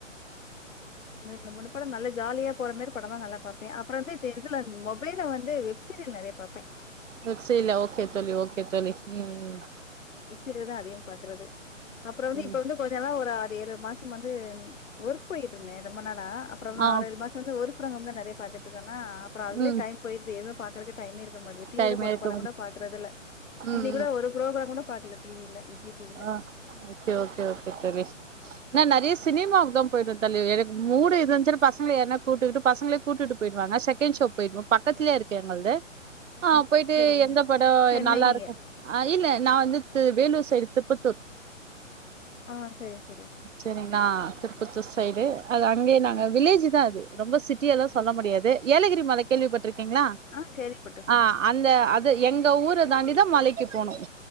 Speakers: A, on the left (about 75°); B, on the right (about 70°).
A: ரெண்டு முன்னு படம் நல்ல ஜாலியா போறமாரி படமா நல்ல பார்ப் அப்புறம் வந்து இதுல மொ வேறவந்து வெப்சீரியல் நிறைய பார்பேன்
B: வெப்சீலயா ஓகே தோழி ஓகே தோழி உம்உம்
A: இதுல தான் அதையும் பாக்குறது அப்புறம் வந்து இப்ப
B: ம்
A: வந்து கொஞ்சம் நல்லா ஒரு ஏழு மாசம் வந்து ஒர்க் போயிட்டு இருந்தேன் ரொம்ப நாளா அப்புறம் வந்து
B: ஆ
A: ஆறு ஏழு மாசம் வந்து ஒர்க் அப்புறம் தான் நிறைய பாத்துட்டுக்கான அப்புறம் அதுலே
B: ம்
A: டைம் போயிருது <unintelligible> டைம் இருக்க மாட்டது டிவில
B: டைம்
A: போடுற
B: ஆயிருக்கும்
A: படம் கூட பாக்குறது இல்ல
B: ம்
A: இன்னைக்கு கூட ஒரு கூட பாக்கல டிவில விஜய் டிவில
B: ஆஹ ஓகே ஓகே தோழி நான் நெறைய சினிமாவுக்கு தான் போயிடுவேன் தோழி எனக்கு மூடு இருந்துச்சுன்னா பசங்க யாரன கூட்டுட்டு பசங்களே கூட்டுட்டு போயிடுவாங்க செகண்ட் ஷோ போயிடுவன் பக்கத்துலேய இருக்கு எங்களது
A: ம்.
B: ஆஹ் போயிட்டு
A: சரிங்க.
B: எந்த படம்
A: சென்னை
B: நல்லா
A: நீங்க.
B: இருக்கும் ஆஹ் இல்ல நான் வந்து வேலூர் தெப்பத்ததூர்
A: ஆஹ் சரி சரி
B: செரிங்களா திருப்பத்தூர் சைடு அது அங்கே நாங்க வில்லேஜ் தான் அது ரொம்ப சிட்டி எல்லா சொல்ல முடியாது ஏலகிரி மலை கேள்விப்பட் இருக்கிங்களா
A: ஆ கேள்விப்பட்டுருக்கேன்.
B: ஆஹ அந்த அது எங்க ஊரை தாண்டி தான் மலைக்கு போனும்